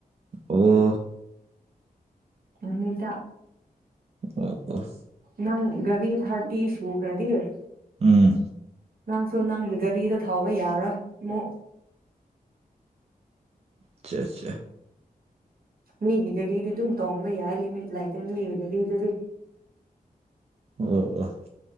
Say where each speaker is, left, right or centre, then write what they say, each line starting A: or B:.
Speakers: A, on the right (about 45°); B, on the right (about 75°).
A: ꯑꯣ
B: ꯅꯨꯃꯤꯗ
A: ꯑꯣ ꯑꯣ
B: ꯅꯪ ꯕꯤ ꯊꯔꯇꯤ ꯁꯨꯈ ꯔꯙꯔ
A: ꯎꯝ
B: ꯅꯪꯁꯨ ꯅꯪꯒꯤ ꯒꯥꯔꯤꯗ ꯊꯥꯎꯧꯕ ꯌꯥꯔꯣꯏ ꯑꯃꯨ
A: ꯑꯆꯥꯆꯥ ꯑꯆꯥ
B: ꯃꯤꯒꯤꯗꯗꯤꯗꯤ ꯑꯗꯨꯝ ꯇꯣꯡꯕ ꯌꯥꯏ ꯂꯤꯃꯤꯠ ꯂꯩꯇꯦ ꯃꯤꯒꯤꯗꯗꯤꯗꯗꯤ <unintelligible>
A: ꯑꯣ ꯑꯣ